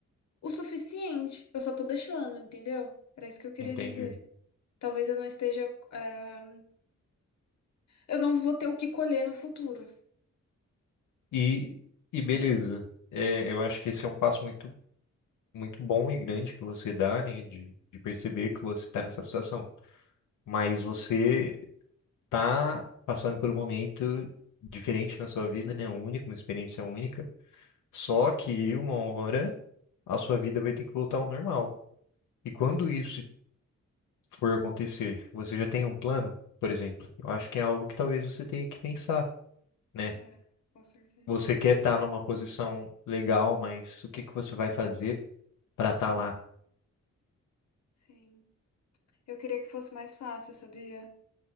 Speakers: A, on the left; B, on the left.
A: o suficiente. Eu só tô deixando, entendeu? Era isso que eu queria
B: entendi.
A: dizer. Talvez eu não esteja. ah, eu não vou ter o que colher no futuro.
B: E e beleza. É, eu acho que esse é um passo muito muito bom e grande que você dá, né, de de perceber que você está nessa situação. Mas você tá passando por um momento diferente na sua vida, né? Único, uma experiência única. Só que uma hora a sua vida vai ter que voltar ao normal. E quando isso for acontecer, você já tem um plano, por exemplo? Eu acho que é algo que talvez você tenha que pensar, né?
A: É, com certeza.
B: Você quer estar numa posição legal, mas o que que você vai fazer para estar lá?
A: Sim. Eu queria que fosse mais fácil, sabia?